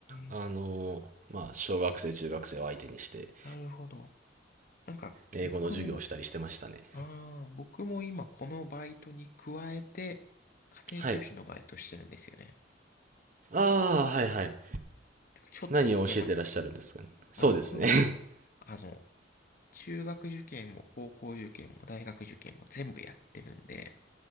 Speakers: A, on the right; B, on the left.
A: あの、
B: え、
A: まあ、小学生、中学生を相手にして、
B: なるほど。なんか僕も、
A: 英語の授業をしたりしてましたね。
B: ああ、僕も今このバイトに加えて、家庭教師のバイトしてるんですよね。
A: はい。ああ、はいはい。
B: うんなんかちょっと似てますね。
A: 何を教えてらっしゃるんですかね。そうですね。
B: あ、僕は、
A: <laughs>
B: あの、中学受験も高校受験も大学受験も全部やってるんで、